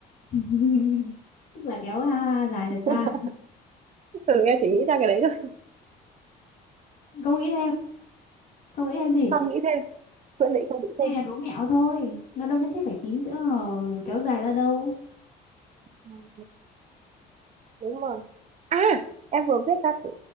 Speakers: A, on the left; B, on the right.
A: <laughs> tức là kéo ha dài thật ra
B: <laughs>
A: <laughs>
B: ừ, em chỉ nghĩ ra cái đấy thôi
A: không nghĩ thêm không nghĩ thêm gì
B: không nghĩ thêm quyết định không nghĩ
A: này
B: thêm
A: là đố mẹo thôi nó đâu nhất thiết phải chín chữ hò kéo dài ra đâu
B: Ừ, đúng rồi à em vừa viết ra thử